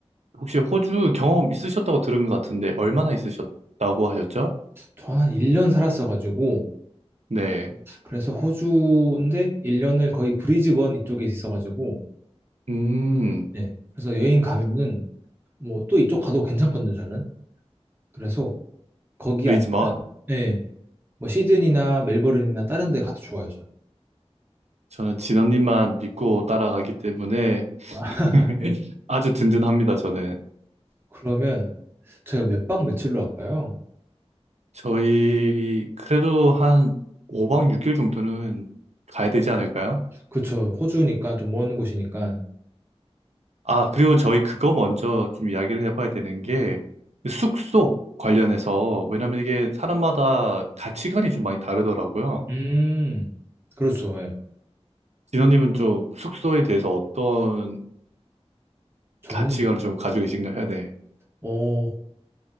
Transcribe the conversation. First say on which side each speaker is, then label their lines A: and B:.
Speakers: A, on the right (about 80°); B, on the right (about 20°).
A: 혹시 호주 경험 있으셨다고 들은 것 같은데 얼마나 있으셨다고 하셨죠?
B: 저는 한 1년 살았어가지고,
A: 네.
B: 그래서 호주인데 1년을 거의 브리즈번 이쪽에 있어가지고,
A: 음,
B: 네, 그래서 여행 가면은 뭐 또 이쪽 가도 괜찮거든요, 저는. 그래서 거기
A: 그리지만
B: 아니면, 네, 뭐 시드니나 멜버른이나 다른 데 가도 좋아요, 저는.
A: 저는 진원님만 믿고 따라가기 때문에
B: 아,
A: <laughs>
B: <laughs> 네.
A: 아주 든든합니다, 저는.
B: 그러면 제가 몇 박 며칠로 할까요?
A: 저희 그래도 한 5박 6일 정도는 가야 되지 않을까요?
B: 그쵸, 호주니까 좀 먼 곳이니까.
A: 아, 그리고 저희 그거 먼저 좀 이야기를 해봐야 되는 게 숙소 관련해서 왜냐면 이게 사람마다 가치관이 좀 많이 다르더라고요.
B: 음, 그렇죠, 예.
A: 진호님은 좀 숙소에 대해서 어떤
B: 저는,
A: 가치관을 좀 가지고 계신가요? 네.
B: 어,